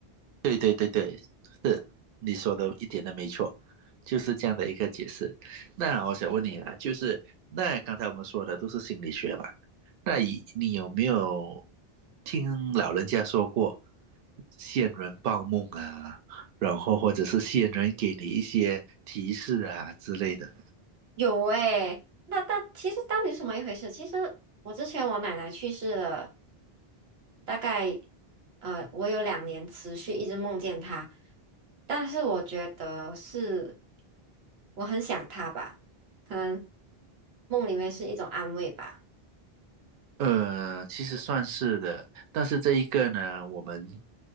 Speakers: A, on the right (about 65°); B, on the right (about 85°).
A: 对对对对，是你说的一点都没错，就是这样的一个解释。那我想问你啊，就是那刚才我们说的都是心理学嘛，那你你有没有听老人家说过仙人报梦啊，然后或者是仙人给你一些提示啊之类的？
B: 有诶，那但其实到底是什么一回事？其实我之前我奶奶去世了，大概呃，我有两年持续一直梦见他，但是我觉得是我很想他吧，可能梦里面是一种安慰吧。
A: 呃，其实算是的，但是这一个呢，我们